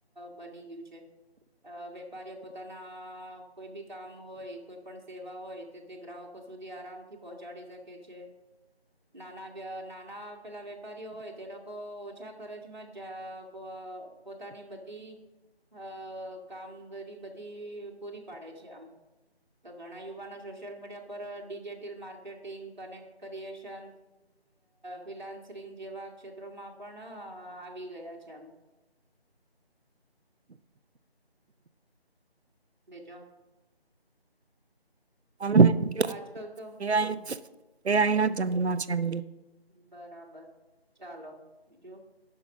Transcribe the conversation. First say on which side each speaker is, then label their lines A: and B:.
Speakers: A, on the right; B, on the right.
A: બની ગયું છે વેપારીઓ પોતાના કોઈ બી કામ હોય કોઈ પણ સેવા હોય તો તે ગ્રાહકો સુધી આરામથી પહોંચાડી શકે છે નાના નાના પેલા વેપારીઓ હોય તે લોકો ઓછા ખર્ચ માં જા પવા પોતાની બધી અ કામગીરી બધી પૂરી પાડે છે આમ તો ઘણા યુ સોશિયલ મીડિયા પર digital marketing connect creation freelancing જેવા ક્ષેત્રોમાં પણ હા આવી ગયા છે એમ બેજો
B: અમ કે
A: આજકાલ તો
B: એ અહિયાયા જંગમાં છે એમ
A: બરાબર ચાલો બીજું